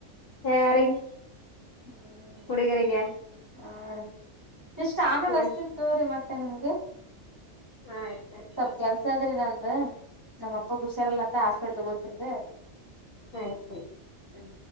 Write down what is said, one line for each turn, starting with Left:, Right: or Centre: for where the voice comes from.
Left: ಯಾರಿಗಿ
Right: ಹ್ಮ್
Left: ಹುಡುಗೆರಿಗೆ
Right: ಹಾ ರೀ ಸಿಷ್ಟ ಆಮೇಲ
Left: ಏನ್
Right: ಹಚ್ಚತ್ತಿನಿ ತೋರಿ ಮತ್ತೆ ನಿಮ್ಗೆ
Left: ಹಾ ಆಯ್ತ ಆಯ್ತು
Right: ಸ್ವಲ್ಪ ಕೆಲ ಸಾದ್ರಿ ನಂದ್ ನಮ್ಮ ಅಪ್ಪಗ್ ಹುಷಾರಿಲ್ಲ ಅಂತ ಹಾಸ್ಪಿಟ್ಲಗ್ ಹೊತ್ತನರೀ
Left: ಸರಿ ಸರಿ
Right: ಹ್ಮ್